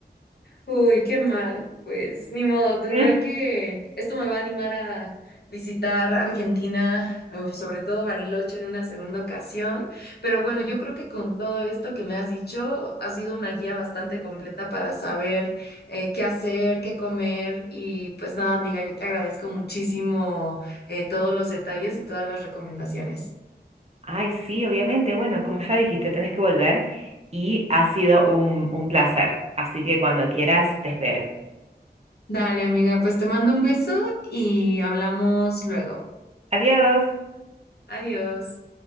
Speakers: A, on the left; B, on the right.
A: Uy, qué mal. Pues ni modo, tendrá
B: Mm.
A: que... Esto me va a animar a visitar Argentina, o sobre todo Bariloche en una segunda ocasión. Pero bueno, yo creo que con todo esto que me has dicho, ha sido una guía bastante completa para saber eh, qué hacer, qué comer. Y pues nada, amiga, yo te agradezco muchísimo eh, todos los detalles y todas las recomendaciones.
B: Ay, sí, obviamente. Bueno, como ya dijiste, tenés que volver y ha sido un, un placer. Así que cuando quieras, te espero.
A: Dale, amiga, pues te mando un beso y hablamos luego.
B: Adiós.
A: Adiós.